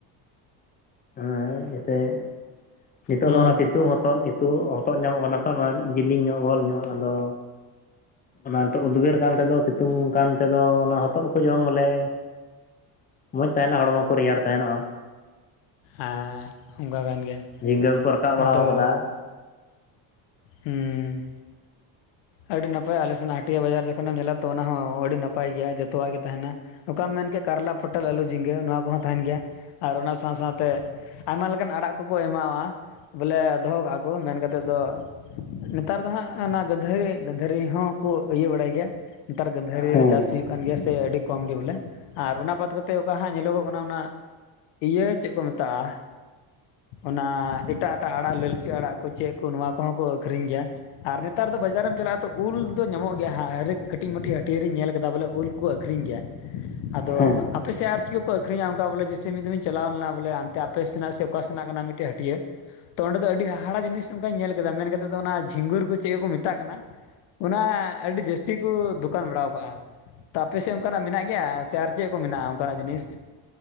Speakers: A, on the left; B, on the left.
A: ᱦᱮᱸ ᱡᱮᱭᱥᱮ ᱱᱤᱛᱚᱜ
B: ᱦᱩᱸ
A: ᱫᱚ ᱚᱱᱟ ᱥᱤᱛᱩᱝ ᱦᱚ ᱦᱚᱛᱚᱫ ᱱᱤᱛᱩᱜ ᱦᱚᱛᱚᱫ ᱧᱟᱢᱚᱜ ᱠᱟᱱᱟ ᱛᱚ ᱱᱚᱣᱟ ᱡᱤᱞᱤᱧ ᱧᱚᱜ ᱵᱚᱞ ᱧᱚᱜ ᱟᱫᱚ ᱚᱱᱟ ᱱᱤᱛᱚᱜ ᱩᱫᱽᱜᱟᱹᱨ ᱠᱟᱱ ᱛᱮᱫᱚ ᱥᱤᱛᱩᱝ ᱠᱟᱱ ᱛᱮᱫᱚ ᱚᱱᱟ ᱦᱚᱛᱚᱫ ᱠᱚ ᱡᱚᱢ ᱵᱚᱞᱮ ᱢᱚᱡᱽ ᱛᱟᱦᱮᱱᱟ ᱦᱚᱲᱢᱚ ᱠᱚ ᱨᱮᱭᱟᱲ ᱛᱟᱦᱮᱱᱚᱜ-ᱟ᱾
B: ᱟᱸ ᱚᱱᱠᱟ ᱠᱟᱱ ᱜᱮᱭᱟ
A: ᱡᱷᱤᱸᱜᱟᱹ ᱠᱚᱠᱚ ᱨᱟᱠᱟᱵ ᱵᱟᱲᱟᱣ
B: ᱟᱫᱚ
A: ᱠᱟᱫᱟ
B: ᱦᱩᱸ ᱟᱹᱰᱤ ᱱᱟᱯᱟᱭ ᱟᱞᱮ ᱥᱮᱱᱟᱜ ᱦᱟᱹᱴᱭᱟ. ᱵᱟᱡᱟᱨ ᱡᱚᱠᱷᱚᱱᱮᱢ ᱧᱮᱞᱟ ᱛᱚ ᱚᱱᱟ ᱦᱚᱸ ᱟᱹᱰᱤ ᱱᱟᱯᱟᱭ ᱜᱮᱭᱟ ᱡᱚᱛᱚᱣᱟᱜ ᱜᱮ ᱛᱟᱦᱮᱱᱟ᱾ ᱚᱠᱟᱢ ᱢᱮᱱ ᱠᱮᱫ ᱠᱟᱨᱞᱟ ᱯᱚᱴᱚᱞ ᱟᱹᱞᱩ ᱡᱷᱤᱸᱜᱟᱹ ᱱᱚᱣᱟ ᱠᱚᱦᱚᱸ ᱛᱟᱦᱮᱱ ᱜᱮᱭᱟ ᱟᱨ ᱚᱱᱟ ᱥᱟᱶ ᱥᱟᱶᱛᱮ ᱟᱭᱢᱟ ᱞᱮᱠᱟᱱ ᱟᱲᱟᱜ ᱠᱚᱠᱚ ᱮᱢᱟᱣᱟᱜ-ᱟ ᱵᱚᱞᱮ ᱫᱚᱦᱚ ᱠᱟᱜ-ᱟ ᱠᱚ ᱢᱮᱱ ᱠᱟᱛᱮᱫ ᱫᱚ ᱱᱮᱛᱟᱨ ᱫᱚ ᱦᱟᱸᱜ ᱚᱱᱟ ᱜᱟᱹᱫᱷᱟᱹᱨᱤ ᱜᱟᱹᱫᱷᱟᱹᱨᱤ ᱦᱚᱸᱠᱚ ᱤᱭᱟᱹ ᱵᱟᱲᱟᱭ ᱜᱮᱭᱟ᱾ ᱱᱮᱛᱟᱨ ᱜᱟᱹᱫᱷᱟᱹᱨᱤ
A: ᱦᱮᱸ
B: ᱪᱟᱥ ᱦᱩᱭᱩᱜ ᱠᱟᱱ ᱜᱮᱭᱟ ᱥᱮ ᱟᱹᱰᱤ ᱠᱚᱢ ᱜᱮ ᱵᱚᱞᱮ ᱟᱨ ᱚᱱᱟ ᱵᱟᱫᱽ ᱠᱟᱛᱮᱫ ᱚᱠᱟ ᱦᱟᱸᱜ ᱧᱮᱞᱚᱜᱚᱜ ᱠᱟᱱᱟ ᱚᱱᱟ ᱤᱭᱟᱹ ᱪᱮᱫ ᱠᱚ ᱢᱮᱛᱟᱜ-ᱟ᱾ ᱚᱱᱟ ᱮᱴᱟᱜ ᱮᱴᱟᱜ ᱟᱲᱟᱜ ᱞᱟᱹᱞᱪᱟᱹ ᱟᱲᱟᱜ ᱠᱩ ᱪᱮᱫ ᱠᱩ ᱱᱚᱣᱟ ᱠᱚᱦᱚᱸ ᱠᱚ ᱟᱹᱠᱷᱨᱤᱧ ᱜᱮᱭᱟ᱾ ᱟᱨ ᱱᱮᱛᱟᱨ ᱫᱚ ᱵᱟᱡᱟᱨᱮᱢ ᱪᱟᱞᱟᱜ-ᱟ ᱛᱚ ᱩᱞ ᱫᱚ ᱧᱟᱢᱚᱜ ᱜᱮᱭᱟ ᱦᱟ ᱨᱮᱠᱽ ᱠᱟᱹᱴᱤᱡ ᱢᱟᱹᱴᱤᱡ ᱦᱟᱹᱴᱭᱟᱹᱨᱤᱧ ᱧᱮᱞ ᱠᱮᱫᱟ ᱵᱚᱞᱮ ᱩᱞ᱾ ᱠᱳ ᱟᱹᱠᱨᱤᱧ ᱜᱮᱭᱟ ᱟᱫᱚ
A: ᱦᱮᱸ
B: ᱟᱯᱮ ᱥᱮᱫ ᱟᱨ ᱪᱮᱫ ᱠᱚ ᱠᱚ ᱟᱹᱠᱨᱤᱧᱟ? ᱚᱱᱠᱟ ᱵᱚᱞᱮ ᱡᱮᱥᱮ ᱢᱤᱫ ᱫᱷᱚᱢᱤᱧ ᱪᱟᱞᱟᱣ ᱞᱮᱱᱟ᱾ ᱵᱚᱞᱮ ᱟᱱᱛᱮ ᱟᱯᱮ ᱥᱮᱱᱟᱜ ᱥᱮ ᱚᱠᱟ ᱥᱮᱱᱟᱜ ᱠᱟᱱᱟ ᱢᱤᱫᱴᱮᱡ ᱦᱟᱹᱴᱤᱭᱟᱹ ᱛᱚ ᱚᱸᱰᱮ ᱫᱚ ᱟᱹᱰᱤ ᱦᱟᱦᱟᱲᱟ ᱡᱤᱱᱤᱥ ᱚᱱᱠᱟᱧ ᱧᱮᱞ ᱢᱮᱱ ᱠᱟᱛᱮᱫ ᱫᱚ ᱚᱱᱟ ᱡᱷᱤᱝᱜᱩᱨ ᱠᱩ ᱪᱮᱫ ᱠᱩᱠᱩ ᱢᱮᱛᱟᱜ ᱠᱟᱱᱟ᱾ ᱚᱱᱟ ᱟᱹᱰᱤ ᱡᱟᱹᱥᱛᱤ ᱠᱩ ᱫᱚᱠᱟᱱ ᱵᱟᱲᱟᱣ ᱠᱟᱜ-ᱟ᱾ ᱛᱚ ᱟᱯᱮ ᱥᱮᱫ ᱚᱱᱠᱟᱱᱟᱜ ᱢᱮᱱᱟᱜ ᱜᱮᱭᱟ ᱥᱮ ᱟᱨ ᱪᱮᱫ ᱠᱚ ᱢᱮᱱᱟᱜ-ᱟ ᱚᱱᱠᱟᱱᱟᱜ ᱡᱤᱱᱤᱥ?